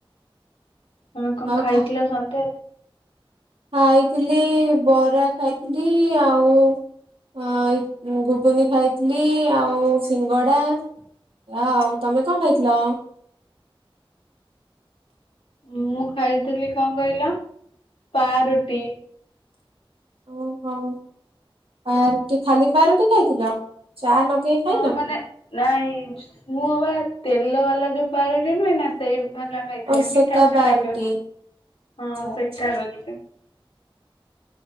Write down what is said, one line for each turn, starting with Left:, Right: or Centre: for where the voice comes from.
Left: ତମେ କଣ
Right: ଆଉ
Left: ଖାଇଥିଲ ସନ୍ଧ୍ୟାରେ?
Right: ଖାଇଥିଲି ବରା ଖାଇଥିଲି ଆଉ ହଁ ଏଇ ଘୁଗୁନି ଖାଇ ଥିଲି ଆଉ ସିଙ୍ଗଡା ଆ ଆଉ ତମେ କଣ ଖାଇଥିଲ?
Left: ମୁଁ ଖାଇଥିଲି କଣ କଇଲ ପାରୁଟି।
Right: ଔ ହୋଉ ପା ରୁଟି ଖାଲି ପାରୁଟି ଖାଇଥିଲ ଚା ନଗେଇ ଖାଇନ
Left: ହଁ
Right: କି?
Left: ମାନେ ନାଇଁ ମୁଁ ବା ତେଲ ବାଲା ଯୋଉ ପାରୁଟି ନୁହେଁ ନା ସେଇ ଭଳିଆ କହିଥିଲେ
Right: ଓ ସେକା
Left: ମିଠା ମିଠା
Right: ପାରୁଟି
Left: ଲାଗିବ। ହଁ
Right: ଆଚ୍ଛା
Left: ସେକାର
Right: ଆଚ୍ଛା।
Left: ଯୋଉଟା।